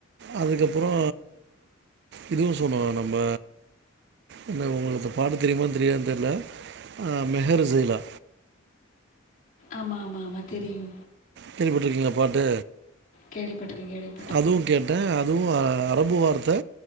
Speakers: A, on the right; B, on the left.
A: அதுக்கப்பறோ இதுவு சொன்னோ நம்ப இந்த உங்களுக்கு இந்த பாட்டு தெரியுமா தெரியாதானு தெர்ல அ மெஹர் ஜைலா
B: ஆமா ஆமா ஆமா தெரியு
A: கேள்வி பட்டுருக்கீங்களா பாட்டு
B: கேள்விப்பட்டுருக்கே கேள்விப்பட்டுருக்கே
A: அதுவு கேட்டே அதுவு அ அரபு வார்த்த